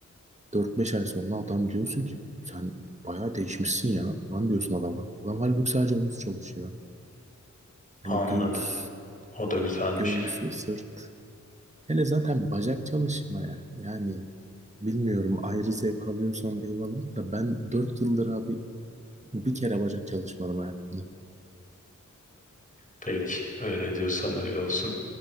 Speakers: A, on the right (about 20°); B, on the left (about 25°).
A: Dört beş ay sonra adam diyorsun ki sen bayağı değişmişsin ya falan diyorsun adama. Adam halbuki sadece omuz çalışıyor.
B: Anladım.
A: Hani göğüs,
B: O da güzelmiş.
A: göğüs ve sırt. Hele zaten bacak çalışmaya. Yani bilmiyorum ayrı zevk alıyorsan eyvallah da ben 4 yıldır abi Bir kere bacak çalışmadım hayatımda.
B: Peki öyle diyorsan öyle olsun.